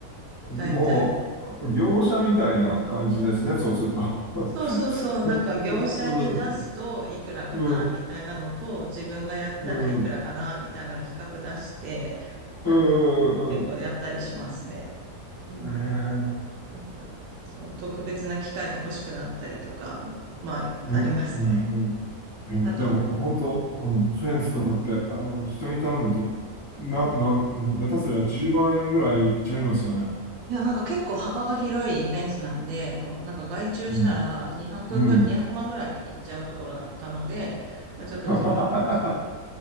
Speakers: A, on the left; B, on the right.
A: うん。
B: だいたい
A: もう、業者みたいな感じですね、そうすると。<laughs>
B: そうそうそう、なんか業者に出すといくらかなみたいなのと、
A: うん、うん、
B: 自分がやったらいくらかなみたいなの比較出して、
A: うん、うん、
B: なんか結構やったりしますね。
A: うん、うん。
B: うん。
A: ね
B: なんか、そう、特別な機械が欲しくなったりとか、まあ、
A: え、うん、
B: ありますね。
A: うん、うん。
B: あとは、
A: でも、本当、うん、フェンスとかって、あの、人に頼むと、な、な、もう下手すりゃ10万円ぐらいいっちゃいますよね。
B: いや、なんか結構幅が広いフェンスなんで、もうなんか外注したら200ぐ、
A: うん、うん。
B: 200万ぐらいいっちゃうところだったので、まあちょっと自分の、
A: <laughs>
B: <laughs>